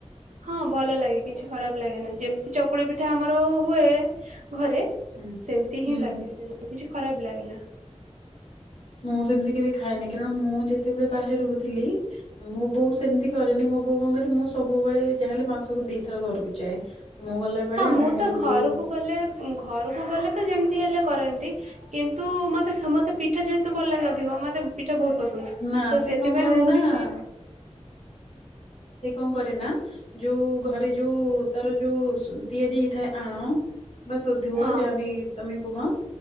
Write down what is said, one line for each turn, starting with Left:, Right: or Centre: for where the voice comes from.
Right: ହଁ ଭଲ ଲାଗେ କିଛି ଖରାପ ଲାଗେନା ଯେମତି ଚକୁଳି ପିଠା ଆମର ହୁଏ ଘରେ।
Left: ହୁଁ।
Right: ସେମତି ହିଁ
Left: ହୁଁ
Right: ଲାଗେ ସେ କିଛି ଖରାପ ଲାଗେନା।
Left: ମୁଁ ସେମତି କେବେ ଖାଇନି କାରଣ ମୁଁ ଯେତେବେଳେ ବାହାରେ ରହୁଥିଲି, ମୋ ବୋଉ ସେମତି କରେନି ମୋ ବୋଉ କଣ କରେ ମୁଁ ସବୁବେଳେ ଯା ହେଲେ ମାସକୁ ଦିଥର ଘରକୁ ଯାଏ। ମୁଁ ଗଲା ବେଳେ
Right: ହଁ
Left: ଆମ
Right: ମୁଁ
Left: ଘରେ
Right: ତ ଘରକୁ
Left: ବୋଉ
Right: ଗଲେ ଉଁ ଘରକୁ ଗଲେ ତ ଯେମତି ହେଲେ କରନ୍ତି କିନ୍ତୁ ମତେ ମତେ ପିଠା ଯେହେତୁ ଭଲ ଲାଗେ ଅଧିକ ମତେ ପି ଠା ବହୁତ ପସନ୍ଦ,
Left: ନା
Right: ତ
Left: ସେ
Right: ସେଥିପାଇଁ
Left: କଣ କରେ
Right: ମୁଁ
Left: ନା
Right: କିଛି
Left: ସେ କଣ କରେ ନା, ଯୋଉ ଘରେ ଯୋଉ ତାର ଯୋଉ <unintelligible> ତିଆରି ହେଇଥାଏ ଆଣ ବା ସୋଧୁଅ
Right: ହଁ
Left: ଯାହା ବି ତମେ କୁହ ହଁ